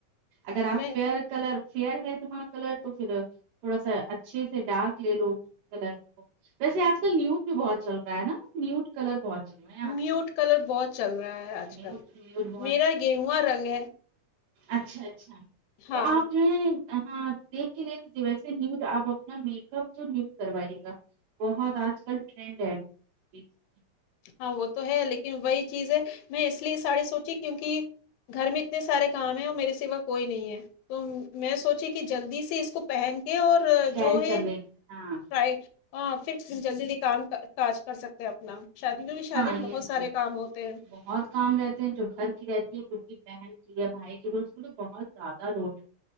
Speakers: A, on the right (about 80°); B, on the left (about 75°).
A: اگر آپ
B: میں
A: فیئر کلر فیئر ہے تمہارا کلر تو پھر تھوڑا سا اچھے سے ڈارک لے لو کلر ویسے آج کل نیوز بھی بہت چل رہا ہے نا نیوٹ کلر بہت چل رہا ہے آج
B: میوٹ
A: کل
B: کلر بہت چل رہا ہے آج
A: نیٹ
B: کل
A: نی
B: میرا گیہوا رنگ ہے
A: اچھا اچھا
B: ہاں
A: تو آپ جو ہے دیکھ کے دیکھ ویسے نیو آپ اپنا میک اپ جو نیوٹ کروائی گا بہت آج کل ٹرینڈ ہے ج
B: ہاں وہ تو ہے لیکن وہی چیز ہے میں اس لیے ساری سونچی کیونکہ گھر میں اتنے سارے کام ہیں اور میرے سوا کوئی نہیں ہے تو میں سوچی کی جلدی سے اس کو پہن کے اور
A: کیری
B: جو ہے
A: کر لیں
B: فرائی
A: گی ہاں
B: ہاں پھر جلدی جلدی کام کاج کر سکتے ہیں اپنا شادی میں شادی
A: ہاں
B: میں
A: یہ
B: بہت سارے کام ہوتے ہیں
A: بہت کام رہتے ہیں جو گھر کی رہتی ہے جو کی بہن کی یا بھائی کی اس کو تو بہت زیادہ لوٹ